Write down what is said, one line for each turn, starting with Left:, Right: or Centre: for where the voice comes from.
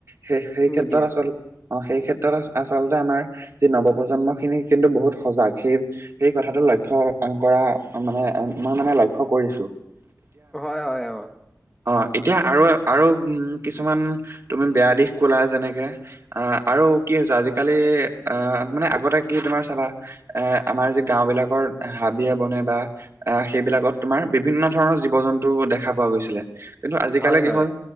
Right: সেই সেই ক্ষেত্ৰত
Centre: নিদিয়ে
Right: আচল
Centre: অ
Right: অঁ সেই ক্ষেত্ৰত আচলতেই আমাৰ যি নৱপজন্ম খিনি কিন্তু বহুত সজাগ সেই সেই কথাটো লক্ষ্য কৰা মানে মই মানে লক্ষ্য কৰিছোঁ।
Centre: হয় হয় হয়
Right: অ এতিয়া আৰু আৰু উ কিছুমান তুমি বেয়া দিশ কলা যেনেকে আহ আৰু কি হৈছে আজিকালি আহ মানে আগতে কি তোমাৰ চাবা এ আমাৰ যে গাওঁ বিলাকৰ হাবিয়ে বনে বা আহ সেইবিলাকত তোমাৰ বিভিন্ন ধৰণৰ জীৱ জন্তু দেখা পোৱা গৈছিলে। কিন্তু আজিকালি
Centre: হয়
Right: কি
Centre: হয়
Right: হল